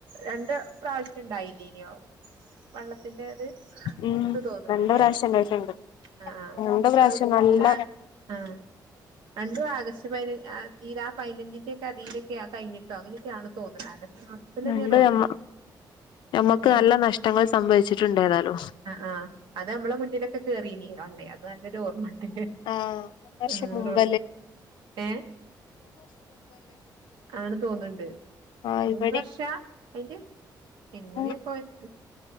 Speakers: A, on the right (about 80°); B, on the left (about 80°).
A: രണ്ട് പ്രാവശ്യം ഇണ്ടായില്ലേന്യോ വെള്ളത്തിന്റെ ഇത്
B: ഉം
A: ഉണ്ട് തോന്നുന്നുണ്ടല്ലേ
B: രണ്ട് പ്രാവശ്യം ഉണ്ടായിട്ടുണ്ട്
A: ആ
B: രണ്ട് പ്രാവശ്യം
A: അത്
B: നല്ല
A: അത ആ രണ്ടും ആഗസ്റ്റ് പതിന അതിൽ ആ പതിനഞ്ചിന്റെ ഒക്കെ അതിയിലൊക്കെ കഴിഞ്ഞിട്ടോ അങ്ങനെയൊക്കെയാണ് തോന്നില്ല അഗസ്റ്റ് മാസത്തിന്നെയ
B: രണ്ട്
A: തോന്നണ്ടീ
B: നമ്മ നമ്മക്ക്
A: ഏ
B: നല്ല നഷ്ടങ്ങൾ സംഭവിച്ചിട്ടുണ്ട് ഏതാലും
A: ആ ആ് അത് നമ്മളെ മുന്നിലൊക്കെ കേറീനീ അത് നല്ലൊരു ഓർമ്മണ്ട്
B: ആ മൂന്ന് വർഷം
A: ആഹ്
B: മുമ്പ
A: റോ ഏ ആണ് തോന്നണ്ട്
B: ആ
A: മൂന്ന്
B: ഇവിടെയും
A: വർഷാ അതിന്റെ എങ്ങനെയാ
B: ഉം
A: പോയത്